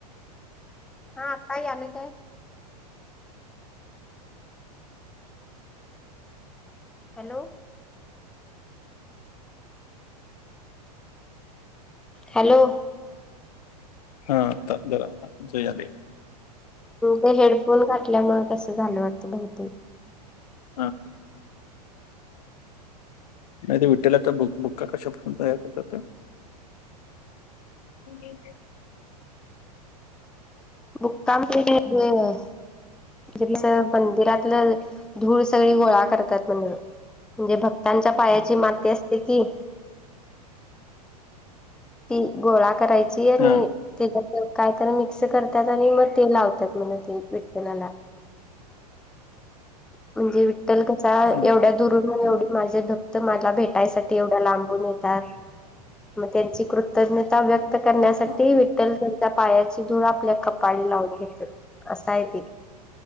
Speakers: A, in the centre; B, on the left.
A: काय आले काय? हॅलो. हॅलो.
B: हा आता जरा जया आले.
A: ते हेडफोन घातल्यामुळे कसं झालं वाटतं बहुतेक.
B: हा. नाही ते विठला बुक्का कशापासून तयार करतात. ह <unintelligible>
A: बुक्का म्हणजे ते एक. म्हजे कस मंदिरातलं धूळ सगळी गोळा करतात म्हण म्हणजे भक त्यांच्या पायाची माती असते की. ती गोळा करायची आणि
B: हा
A: त्या काय तर मिक्स करतात आणि मग ते लावतात म ते विठ्ठलाला. म्हणजे विठ्ठल कसा,
B: हम्म.
A: एवढ्या दूर म एवढे माझे भक्त मला भेटायसाठी एवढं लांबून येतात मग त्यांची कृतज्ञता व्यक्त करण्यासाठी
B: हा
A: विठ्ठल त्या पायाची धूळ आपल्या कपाळी लावून घेते, असं आहे ते.